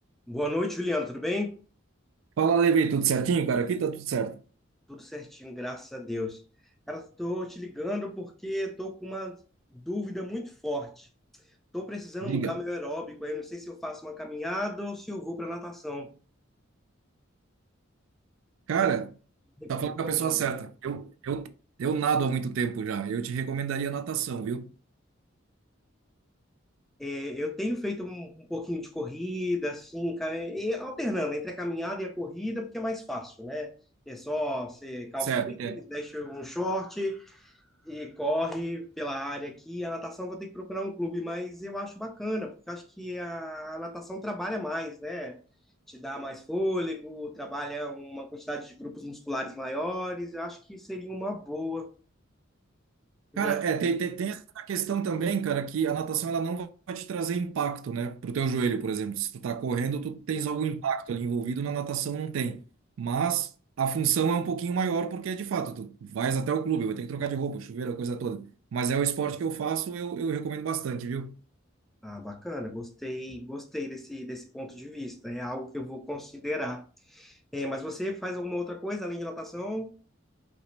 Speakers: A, in the centre; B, on the right (about 75°).
A: Boa noite, Juliano. Tudo bem?
B: Fala, Levi, tudo certinho, cara? Aqui tá tudo certo.
A: Tudo certinho, graças a Deus. Cara, estou te ligando porque estou com uma dúvida muito forte. Estou precisando
B: Diga.
A: mudar meu aeróbico. aí Eu não sei se eu faço uma caminhada ou se eu vou para natação. O
B: Cara,
A: que que
B: tá
A: re-
B: falando
A: recomenda?
B: com a pessoa certa. Eu, eu, eu nado há muito tempo já. Eu te recomendaria natação, viu?
A: É, eu tenho feito um, um pouquinho de corrida, assim, ca- e alternando entre a caminhada e a corrida, porque é mais fácil, né? É só você calça
B: Certo,
A: o tênis,
B: entendo.
A: deixa um short e corre pela área aqui. A natação eu vou ter que procurar um clube, mas eu acho bacana, porque eu acho que a natação trabalha mais, né? Te dá mais fôlego, trabalha uma quantidade de grupos musculares maiores. Eu acho que seria uma boa mesmo.
B: Cara, é, tem, tem, tem essa questão também, cara, que a natação ela não vai te trazer impacto, né? Pro teu joelho, por exemplo. Se tu tá correndo, tu tens algum impacto ali envolvido, na natação não tem. Mas a função é um pouquinho maior, porque de fato, tu vais até o clube, vai ter que trocar de roupa, chuveiro, a coisa toda. Mas é o esporte que eu faço, eu, eu recomendo bastante, viu?
A: Ah, bacana, gostei, gostei desse, desse ponto de vista. É algo que eu vou considerar. É, mas você faz alguma outra coisa além de natação?